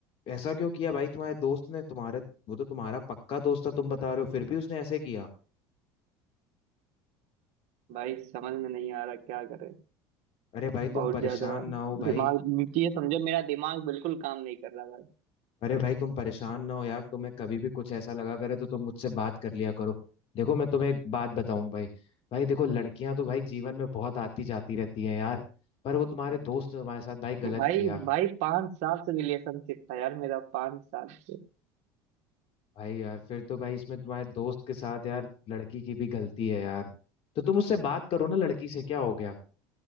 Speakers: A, on the left (about 50°); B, on the right (about 65°).
A: ऐसा क्यों किया भाई तुम्हारे दोस्त ने तुम्हारे वो तो तुम्हारा पक्का दोस्त था तुम बता रहे हो फिर भी उसने ऐसे किया
B: भाई समझ में नहीं आ रहा क्या करे
A: अरे भाई
B: बहुत
A: तुम परेशान
B: ज्यादा
A: ना हो भाई
B: दिमाग ये समझो मेरा दिमाग बिल्कुल काम नहीं कर रहा
A: अरे भाई तुम परेशान ना हो यार तुम्हें कभी भी कुछ ऐसा लगा करे तो तुम मुझसे बात कर लिया करो देखो मैं तुम्हें एक बात बताऊं भाई भाई देखो लड़कियां तो भाई जीवन में बहुत आती जाती रहती हैं यार पर वो तुम्हारे दोस्त ने तुम्हारे साथ भाई गलत
B: भाई
A: किया
B: भाई पांच साल से रिलेशनशिप था यार मेरा पांच साल से
A: भाई यार फिर तो भाई इसमें तुम्हारे दोस्त के साथ यार लड़की की भी गलती है यार तो तुम उससे बात करो ना लड़की से क्या हो गया